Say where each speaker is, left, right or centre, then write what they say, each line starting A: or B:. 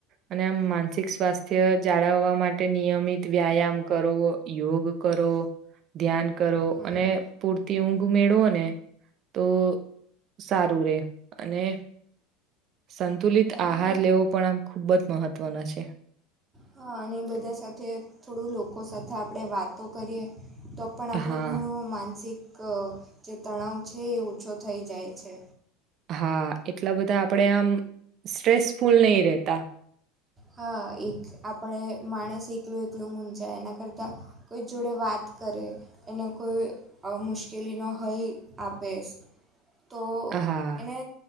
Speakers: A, on the right (about 40°); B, on the right (about 20°).
A: અને આમ માનસિક સ્વાસ્થ્ય જાળવવા માટે નિયમિત વ્યાયામ કરો યોગ કરો ધ્યાન કરો
B: હા
A: અને પ તે ઘુમેડવો ને, તો સારું રે અને સંતુલિત
B: અને
A: આહાર લેવો પણ આમ ખૂબ જ મહત્વનો છે.
B: હ અને બધા સાથે થોડું લોકો સાથે આપણે વાતો કરીએ તો પણ આપણું
A: હા
B: ઘણું માનસિક ક, જે તણાવ છે એ ઓછો થઈ જાય છે.
A: હા એટલા બધા આપણેે આમ સ્ટ્રેસફુલ નહી રેતા.
B: હા એક આપણે માણસ એકલું એકલું મૂજાય એના કરતાં, કોઈ જોડે વાત કરે, એને કોઈ મુશ્કેલીનો હલ આપે. તો
A: હા
B: એને